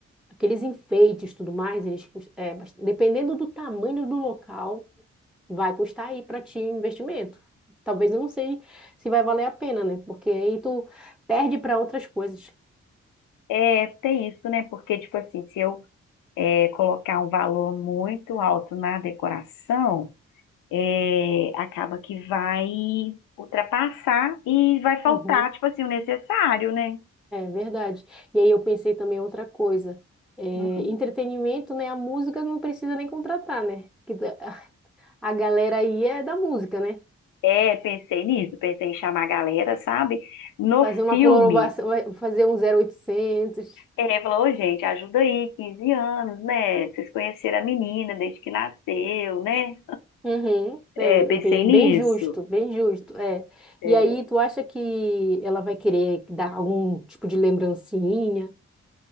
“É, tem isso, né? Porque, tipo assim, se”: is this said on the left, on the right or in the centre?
Left